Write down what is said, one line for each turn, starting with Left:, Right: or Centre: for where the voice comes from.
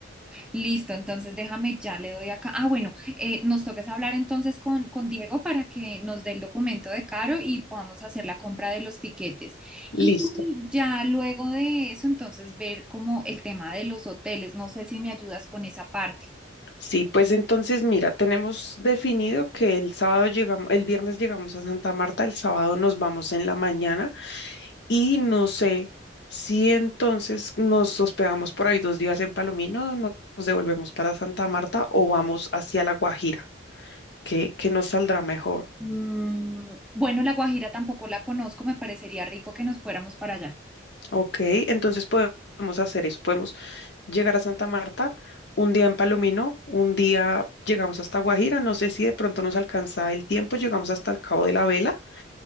Centre: Listo, entonces déjame, ya le doy acá. Ah, bueno, eh, nos toques hablar entonces con, con Diego para que nos dé el documento de Caro y podamos hacer la compra de los tiquetes. Y
Left: Listo.
Centre: ya luego de eso, entonces ver como el tema de los hoteles. No sé si me ayudas con esa parte.
Left: Sí, pues entonces mira, tenemos definido que el sábado llegamos, el viernes llegamos a Santa Marta, el sábado nos vamos en la mañana. Y no sé si entonces nos hospedamos por ahí dos días en Palomino, no- nos devolvemos para Santa Marta o vamos hacia La Guajira, que, que nos saldrá mejor.
Centre: Mm, bueno, La Guajira tampoco la conozco, me parecería rico que nos fuéramos para allá.
Left: Ok, entonces podemos hacer eso. Podemos llegar a Santa Marta, un día en Palomino, un día llegamos hasta Guajira. No sé si de pronto nos alcanza el tiempo, llegamos hasta el Cabo de la Vela